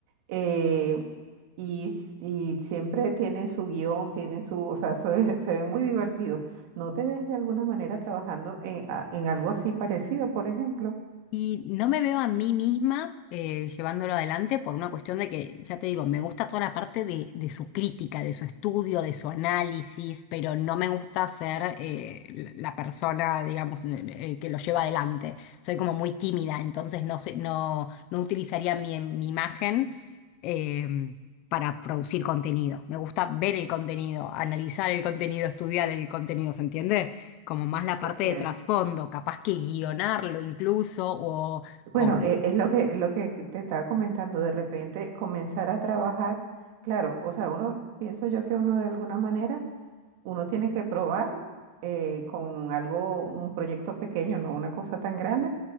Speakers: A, on the right; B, on the left.
A: eh, y, s- y siempre tienen su guión, tienen su, o sea, se ve, <laughs> se ve muy divertido. ¿No te ves de alguna manera trabajando en, a- en algo así parecido, por ejemplo?
B: Y no me veo a mí misma eh, llevándolo adelante por una cuestión de que, ya te digo, me gusta toda la parte de, de su crítica, de su estudio, de su análisis, pero no me gusta ser eh, la la persona, digamos, eh, eh, que lo lleva adelante. Soy como muy tímida, entonces no sé, no, no utilizaría mi, mi imagen eh, para producir contenido. Me gusta ver el contenido, analizar el contenido, estudiar el contenido, ¿se entiende? como más la parte
A: Ok.
B: de trasfondo, capaz que guionarlo incluso, o, o-
A: Bueno, e- es lo que, lo que te estaba comentando, de repente comenzar a trabajar, claro, o sea, uno, pienso yo que uno de alguna manera, uno tiene que probar eh, con algo, un proyecto pequeño, no una cosa tan grande